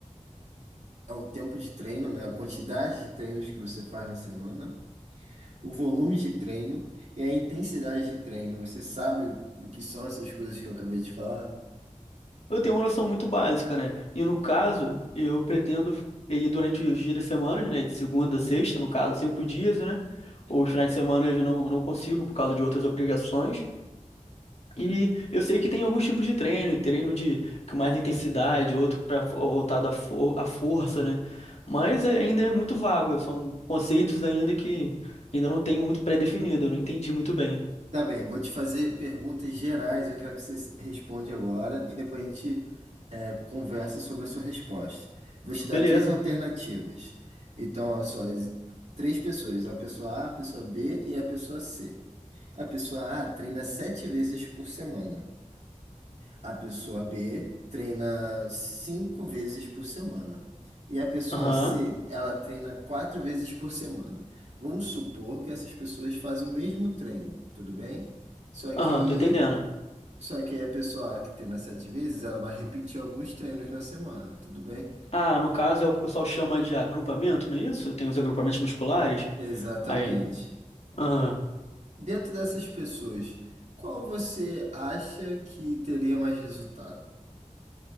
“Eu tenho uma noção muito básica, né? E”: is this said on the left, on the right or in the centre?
Left